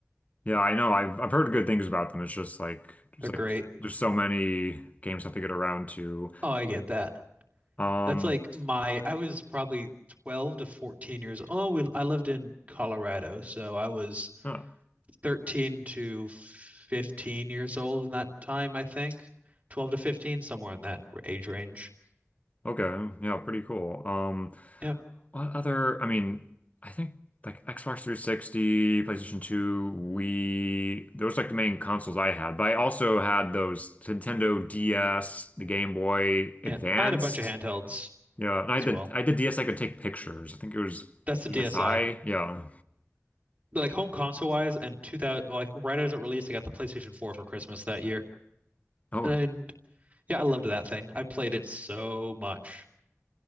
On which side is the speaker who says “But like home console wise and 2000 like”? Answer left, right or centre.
Right